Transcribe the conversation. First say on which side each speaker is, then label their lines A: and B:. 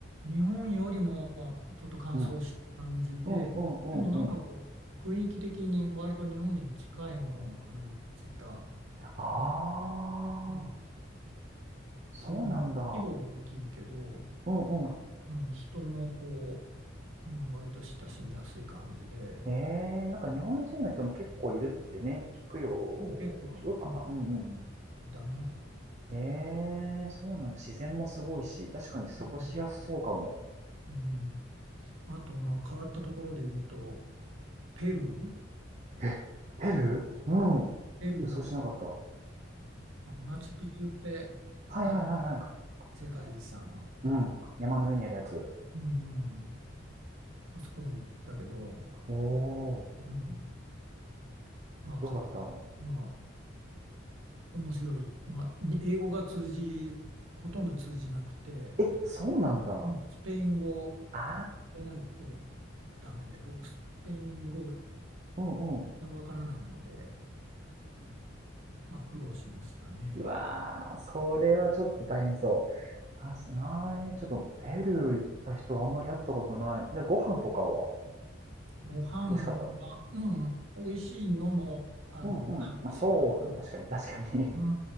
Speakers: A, on the right (about 85°); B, on the right (about 35°).
A: ん。日本よりもちょっと乾燥した感じで、
B: うん。うんうんうんうん。
A: でもなんかこう、雰囲気的に割と日本に近いものを感じた。
B: ああ、
A: まあ、うん
B: そうなんだ。
A: ちょっとまあ規模は大きいけど、
B: うんうん。
A: うん、人もこう、うん、割と親しみやすい感じで、
B: ええ、なんか日本人の人も結構いるってね、聞くよ。
A: 結構、
B: 聞くかなうんうんうん。
A: うん、いたね。
B: ええ、そうなの。自然もすごいし、確かに過ごしやすそうかも。
A: うん、うんあと、まあ、変わったところで言うと、ペルー、
B: え、ペルーうん。
A: うんペルー、
B: 予想しなかった。は
A: あのマチュピチュってある
B: いはいはいはい。
A: 世界遺産の。
B: うん。山の上にあるやつ。
A: うん、あそこも行ったけど、
B: おお、
A: うん、まあ変わっ、
B: どうだった
A: まあ面白い、まあに英語が通じ、ほとんど通じなくて、
B: え、そうなんだ。あ
A: うん。スペイン語
B: あ、
A: でないとダメで、僕スペイン語全
B: うんうん。
A: 然わからないので、まあ苦労しましたね。
B: うわあ、それはちょっと大変そう。確かに、ちょっとペルー行った人あんまり会ったことない。で、ご飯とかは
A: ご飯が、
B: 美味しかった。
A: うん、美味しいのもある感じかな。
B: うんうん。まあ、そうね、確かに、確かに
A: う